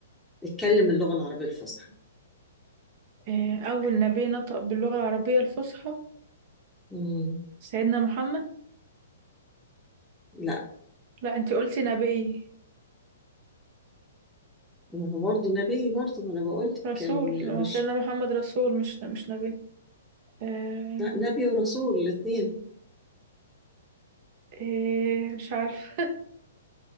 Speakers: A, in the centre; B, on the right.
A: اتكلم اللغه العربيه الفصحى
B: إيه اول نبي نطق باللغة العربية الفصحى
A: مم.
B: سيدنا محمد
A: لا
B: لا انتي قلتي نبي
A: ما هو برضه نبي برضه ما انا بقول لك
B: رسول
A: مش
B: ما
A: مش-
B: سيدنا محمد رسول مش مش نبي إيه
A: لا نبي ورسول الاثنين
B: إيه مش عارف